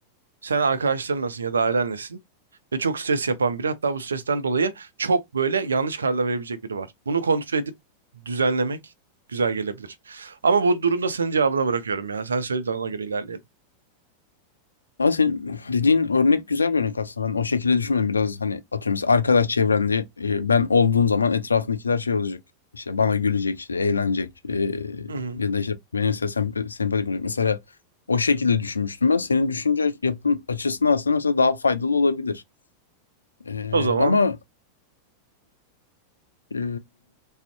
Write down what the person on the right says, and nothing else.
Sen arkadaşların nasılsın ya da ailen nesin? Ve çok stres yapan biri. Hatta bu stresten dolayı çok böyle yanlış kararlar verebilecek biri var. Bunu kontrol edip düzenlemek güzel gelebilir. Ama bu durumda senin cevabına bırakıyorum ya. Sen söyle de ona göre ilerleyelim.
Hı hı.
O zaman